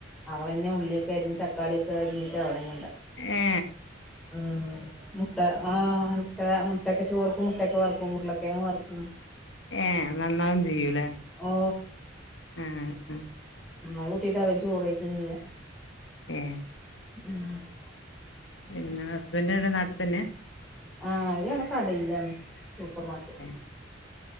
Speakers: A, in the centre; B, on the left.
A: അവളെന്നെ ഉള്ളിയൊക്കെ അരിഞ്ഞിട്ട് തക്കളിയൊക്കെ അരിഞ്ഞിട്ട് അവളന്നെണ്ടാക്കും.
B: ഏ.
A: ആ മുട്ട ആ മുട്ട മുട്ടൊക്കെ ചോർക്ക് മുട്ടയൊക്കെ വറക്കും. ഉരുളക്കിഴങ്ങ് വറക്കും.
B: ഏ നന്നാവും ചെയ്യൂല്ലേ
A: ഓ
B: ആഹ്.
A: ഉം. കൂട്ടീട്ട് അവര് ചോറ് കഴിക്കു ചെയ്യാ
B: ഏ
A: <inaudible>
B: പിന്നെ ഹസ്ബൻ്റ് എവടെ നാട്ടിൽ തന്നെ.
A: ആഹ് അവര് അവടെ കടയിലാന്ന് സൂപ്പർ മാർക്കറ്റ്.
B: ഏഹ്